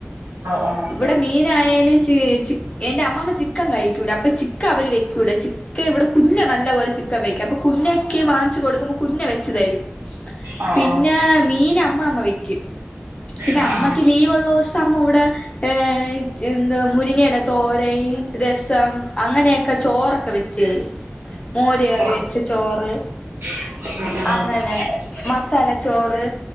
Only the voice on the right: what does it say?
ഉം ഓഹ്
ഓഹ്
ഓഹ് ഓഹ്
ആഹ്
ആഹ്
ഓഹ്
<inaudible>